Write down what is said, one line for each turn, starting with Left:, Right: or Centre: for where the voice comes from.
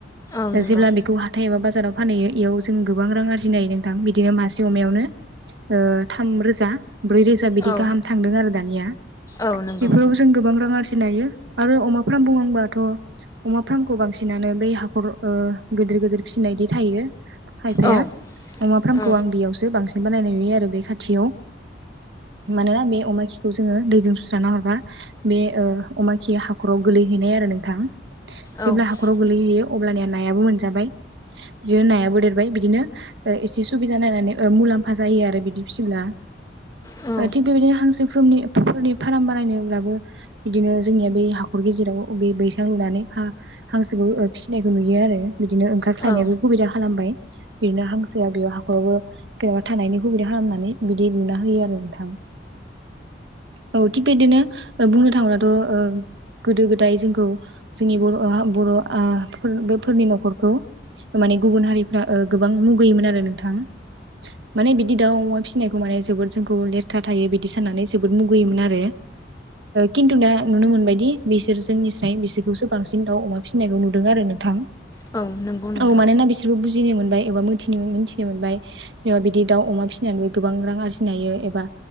Left: औ नंगौ
Right: जेब्ला बेखौ हाथाइ एबा बाजाराव फानहैयो इयाव जों गोबां रां आरजिनो हायो नोंथां बिदिनो मासे अमायावनो ओ थाम रोजा ब्रै रोजा बिदि
Left: औ
Right: गाहाम थांदों आरो दानिया
Left: औ नंगौ
Right: बेफोराव जों गोबां रां आरजि फिनायो आरो अमा फार्म बुंबाथ' अमा फार्मखौ बांसिनानो बै हाखर ओ गोदो गोदोर फिनायदि थायो खायफाया
Left: औ
Right: अमा फार्मखौ
Left: औ
Right: आं बेयावसो बांसिन बानायनाय नुयो आरो बे खाथियाव मानोना बे अमा खि खौ जोङो दैजों सुस्रांना हरबा बे ओ अमा खि हाखराव गोलैहैनाय आरो नोंथां। जेब्ला
Left: औ
Right: हाखराव गोलैहोयो अब्लानिया नायाबो मोनजाबाय बिदिनो नायाबो देरबाय बिदिनो एसे सुबिदा नायनानै ओ मुलाम्फा जायो आरो बिदि फिसिब्ला
Left: औ नंगौ
Right: ओ थिग बेबायदिनो हांसोनि फोरनि फार्म बानायनोब्लाबो बिदिनो जोंनिया बै हाखर गेजेर राव बे बैसां लुनानै हा हांसोखौ ओ फिसिनायखौ नुयो आरो। बिदिनो ओंखारख्लायनायबो
Left: औ
Right: सुबिदा खालामबाय बिदिनो हांसोआ बेयाव हाखरावबो बेयाव थानायनि हुबिदा खालामनानै बिदि लुना होयो आरो नोंथां औ थिग बिदिनो ओ बुंनो थाङोबाथ' ओ गोदो गोदाय जोंखौ जोंनि बर'आ बर'आ फोर बेफोरनि न'खरखौ माने गुबुन हारिफ्रा ओ गोबां मुगैयोमोन आरो नोंथां। माने बिदि दाउ अमा फिसिनायखौ माने जोबोद जोंखौ लेथ्रा थायो बिदि साननानै जोबोद मुगैयोमोन आरो खिन्थु दा नुनो मोनबाय दि बिसोर जोंनिस्राय बिसोरखौसो बांसिन दाउ अमा फिसिनायखौ नुदों आरो नोंथां।
Left: औ नंगौ नोंथां
Right: औ मानोना बिसोरखौ बुजिनो मोनबाय एबा मिथिनो मोनबाय जेनबा बिदि दाउ अमा फिसिनानैबो गोबां रां आरजिनो हायो एबा